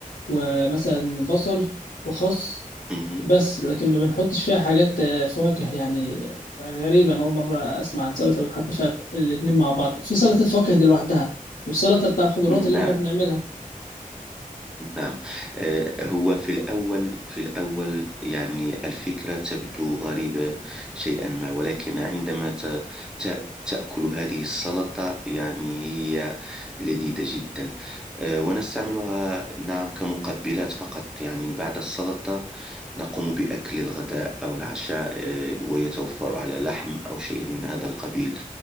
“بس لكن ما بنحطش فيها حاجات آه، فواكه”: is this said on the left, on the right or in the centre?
Left